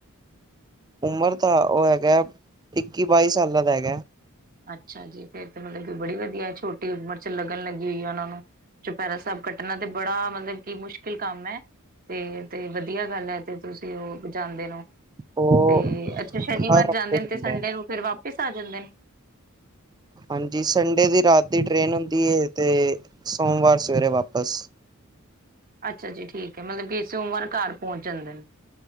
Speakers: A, on the right; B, on the right.
A: ਉਮਰ ਤਾਂ ਉਹ ਹੈਗਾ ਇੱਕੀ ਬਾਈ ਸਾਲਾਂ ਦਾ ਹੈਗਾ
B: ਅੱਛਾ ਜੀ ਫੇਰ ਤਾਂ ਮਤਲਬ ਕਿ ਬੜੀ ਵਧੀਆ ਛੋਟੀ ਉਮਰ ਚ ਲੱਗਨ ਲੱਗੀ ਹੋਈ ਏ ਉਹਨਾਂ ਨੂੰ ਚੋਪਹਿਰਾ ਸਾਹਿਬ ਕੱਟਨਾ ਤੇ ਬੜਾ ਮਤਲਬ ਕਿ ਮੁਸ਼ਕਿਲ ਕੰਮ ਹੈ ਤੇ ਤੇ ਵਧੀਆ ਗੱਲ ਹੈ ਤੇ ਤੁਸੀਂ ਉਹ ਜਾਂਦੇ ਨੂੰ
A: ਉਹ
B: ਤੇ ਅੱਛਾ ਸ਼ਨੀਵਾਰ
A: ਹਰ ਹਫ਼ਤੇ
B: ਜਾਂਦੇ
A: ਜਾਂਦਾ
B: ਨੇ ਤੇ ਸੰਡੇ
A: ਹੈ
B: ਨੂੰ ਫਿਰ ਵਾਪਿਸ ਆ ਜਾਂਦੇ ਨੇ
A: ਹਾਂਜੀ ਸੰਡੇ ਦੀ ਰਾਤ ਦੀ ਟ੍ਰੇਨ ਹੁੰਦੀ ਹੈ ਤੇ ਸੋਮਵਾਰ ਸਵੇਰੇ ਵਾਪਸ
B: ਅੱਛਾ ਜੀ ਠੀਕ ਹੈ ਮਤਲਬ ਕਿ ਸੋਮਵਾਰ ਘਰ ਪਹੁੰਚ ਜਾਂਦੇ ਨੇ